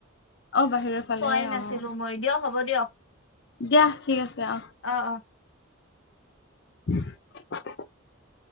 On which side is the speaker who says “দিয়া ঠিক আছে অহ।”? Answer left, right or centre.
Left